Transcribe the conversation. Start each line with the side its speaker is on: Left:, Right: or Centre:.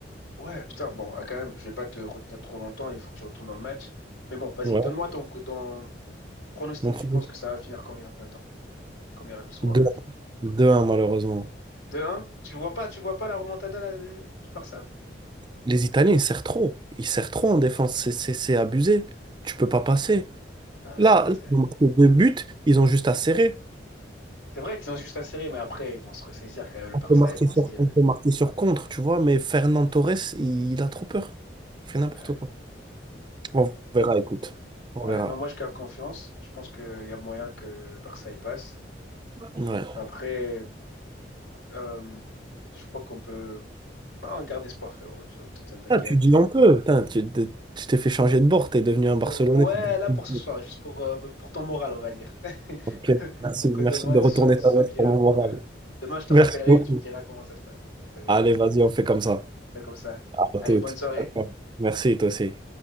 Left: ouais, putain, bon, ah, quand même, je vais pas te retenir trop longtemps, il faut que tu retournes dans le match. Mais bon, vas-y,
Right: Ouais.
Left: donne-moi ton, dans, Pronostic,
Right: Mon produit.
Left: tu penses que ça va finir combien? temps, combien le score
Right: Deux.
Left: à la fin?
Right: 1 malheureusement.
Left: 2 un, Tu vois pas, tu vois pas la remontada là, de- du Barça?
Right: Les Italiens, ils serrent trop. Ils serrent trop en défense. C'est c'est- c'est abusé. Tu peux pas passer.
Left: Non, mais
Right: Là,
Left: le Barça.
Right: là, ils ont marqué deux buts, ils ont juste à serrer.
Left: C'est vrai qu'ils ont juste à serrer, mais après, ils vont se ressaisir quand même, le
Right: On
Left: Barça.
Right: peut marquer
Left: Ils vont
Right: sur,
Left: se dire.
Right: on peut marquer sur contre, tu vois, mais Fernand Torres, il a trop peur. Il fait n'importe
Left: Ouais.
Right: quoi. On verra, écoute. On
Left: Ouais, ouais,
Right: verra.
Left: non, moi, je garde confiance. Je pense qu'il y a moyen que le Barça y passe.
Right: Ouais.
Left: Après, euh, je crois qu'on peut. Non, garde espoir, frérot. T'inquiète.
Right: Ah, tu dis un peu. Putain, tu t'es tu t'es fait changer de bord, t'es devenu un Barcelonais.
Left: O- Ouais,
Right: ça peut
Left: là pour ce soir, juste pour, euh, pour ton moral, on va dire. <laughs>
Right: Ok, merci,
Left: Pour que
Right: merci
Left: demain,
Right: de
Left: tu
Right: retourner
Left: sois, tu
Right: ta
Left: sois
Right: veste
Left: bien.
Right: pour mon moral.
Left: Voilà. Demain, je te
Right: Merci
Left: rappellerai
Right: beaucoup.
Left: et tu me diras comment ça se passe. C'est passé.
Right: Allez, vas-y, on fait comme ça.
Left: Fais comme ça.
Right: À
Left: Allez,
Right: toutes.
Left: bonne soirée.
Right: Merci, toi aussi.